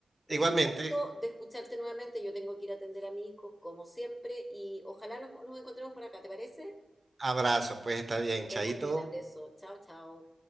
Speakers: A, on the left; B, on the right.
A: Un
B: igualmente.
A: gusto de escucharte nuevamente. Yo tengo que ir a atender a mi hijo, como siempre, y ojalá nos, nos encontremos por acá, ¿te parece?
B: Abrazo, pues está bien,
A: Que estés
B: chaito.
A: muy bien, abrazo. Chao, chao.